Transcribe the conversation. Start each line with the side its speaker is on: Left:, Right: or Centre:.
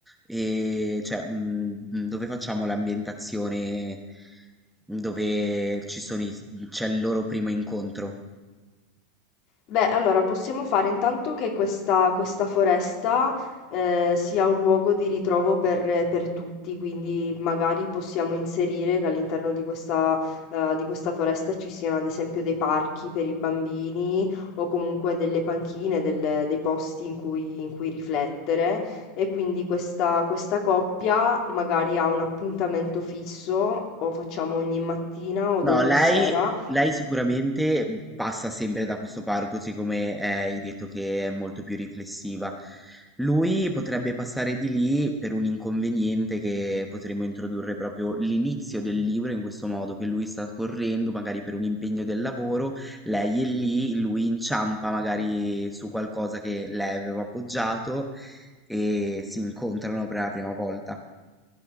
Centre: e cioè mh, mh, dove facciamo l'ambientazione dove ci sono i- c'è il loro primo incontro?
Left: Beh, allora possiamo fare intanto che questa, questa foresta eh, sia un luogo di ritrovo per, per tutti, quindi magari possiamo inserire che all'interno di questa, eh, di questa foresta ci siano ad esempio dei parchi per i bambini o comunque delle panchine, delle- dei posti in cui, in cui riflettere e quindi questa, questa coppia magari ha un appuntamento fisso o facciamo ogni mattina o
Centre: No,
Left: ogni
Centre: lei,
Left: sera
Centre: lei sicuramente passa sempre da questo parco, siccome eh, hai detto che è molto più riflessiva. Lui potrebbe passare di lì per un inconveniente che potremmo introdurre proprio l'inizio del libro in questo modo, che lui sta correndo magari per un impegno del lavoro, lei è lì, lui inciampa magari su qualcosa che lei aveva appoggiato e si incontrano per la prima volta.